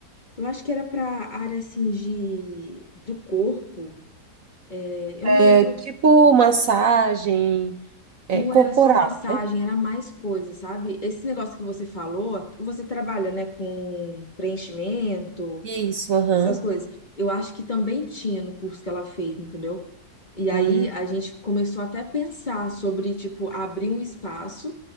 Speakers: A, on the left; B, on the right.
A: eu acho que era pra área assim de do corpo. É, Eu
B: É
A: não lembro,
B: tipo massagem é,
A: não
B: corporal,
A: era só massagem,
B: né?
A: era mais coisa, sabe? Esse negócio que você falou, você trabalha, né, com preenchimento,
B: Isso, aham.
A: essas coisas. Eu acho que também tinha no curso que ela fez, entendeu? E aí
B: Hum,
A: a gente começou até a pensar sobre, tipo, abrir um espaço